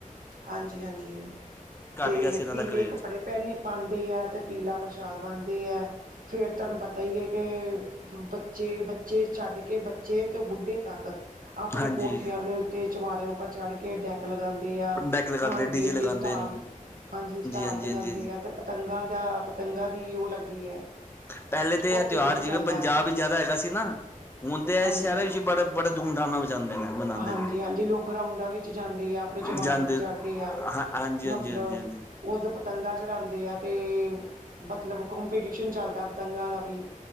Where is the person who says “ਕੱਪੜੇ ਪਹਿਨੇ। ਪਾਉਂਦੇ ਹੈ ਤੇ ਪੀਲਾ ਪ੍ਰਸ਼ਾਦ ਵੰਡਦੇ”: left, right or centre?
Right